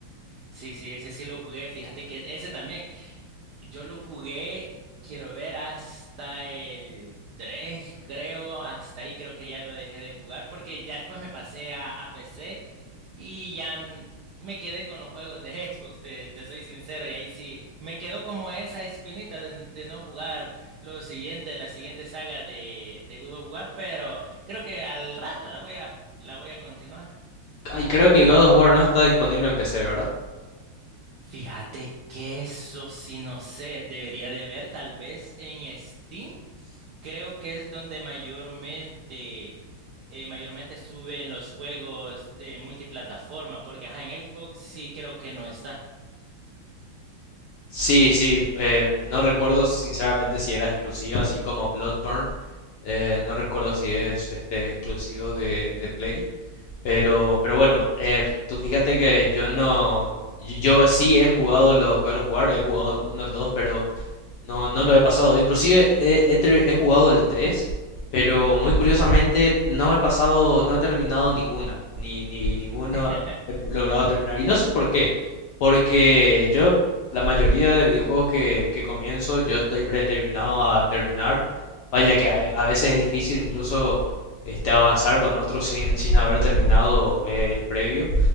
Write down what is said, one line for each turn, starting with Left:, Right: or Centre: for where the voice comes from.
Right: Sí, sí, ese sí lo jugué. Fíjate que ese también. Yo lo jugué, quiero ver, hasta el 3, creo, hasta ahí creo que ya lo dejé de jugar porque ya después me pasé a, a PC y ya n- me quedé con los juegos de <laughs> Xbox, te, te soy sincero, y ahí sí, me quedó como esa espinita de, n- de no jugar lo siguiente, la siguiente saga de, de God of War, pero creo que al rato la voy a, la voy a continuar.
Left: Ay, creo que God of War no está disponible en PC, ¿verdad?
Right: Fíjate que eso sí no sé, debería de ver tal vez en Steam. Creo que es donde mayormente, eh, mayormente suben los juegos de multiplataforma, porque ajá, en Xbox sí creo que no está.
Left: Sí, sí, eh, no recuerdo sinceramente si era exclusivo, así como Bloodborne. eh, no recuerdo si es este exclusivo de, de Play. Pero, pero bueno, eh, tú fíjate que yo no. Yo yo sí he jugado los God of War, he jugado el 1, el 2, pero No, no lo he pasado. Inclusive he, he tre- he jugado el tres pero muy curiosamente no he pasado, no he terminado ninguna, ni, ni ninguna
Right: <laughs>
Left: he logrado terminar. Y no sé por qué, porque yo, la mayoría de videojuegos que, que comienzo, yo estoy predeterminado a terminar. Vaya que a, a veces es difícil incluso este, avanzar con otros sin, sin haber terminado eh, el previo